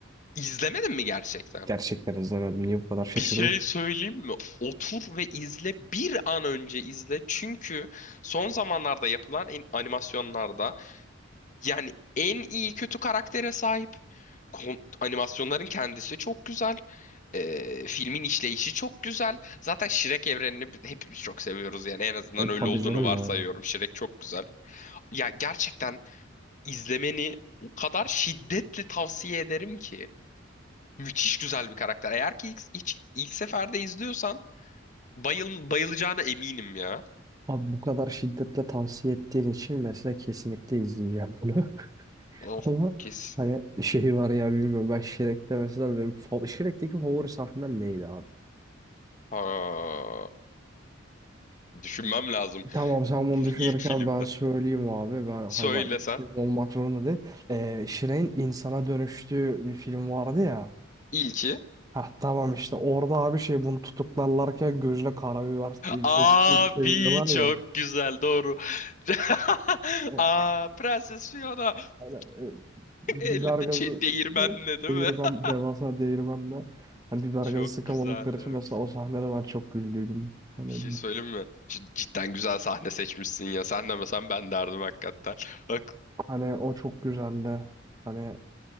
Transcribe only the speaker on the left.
İzlemedin mi gerçekten?
Bir şey söyleyeyim mi? Otur ve izle bir an önce izle. Çünkü son zamanlarda yapılan en- animasyonlarda Yani en iyi kötü karaktere sahip. Kon- animasyonların kendisi çok güzel. Ee, filmin işleyişi çok güzel. Zaten Shrek evrenini bi- hepimiz çok seviyoruz yani en azından
öyle olduğunu
varsayıyorum.
Shrek çok güzel. Ya gerçekten izlemeni o kadar şiddetle tavsiye ederim ki. Müthiş güzel bir karakter. Eğer ki ilk, hiç- ilk seferde izliyorsan bayıl, bayılacağına eminim ya.
Of
kes.
Ha, düşünmem lazım.
İlk filmde.
Söylesen.
İlki.
Abi
çok
güzel doğru. <laughs>
Aa Prenses Fiona. <laughs>
Elinde
şey değirmenle
değil
mi? <laughs>
Çok
güzel ya.
Bir şey söyleyeyim mi? Cid- Cidden güzel sahne seçmişsin ya. Sen demesen ben derdim hakikaten. Bak.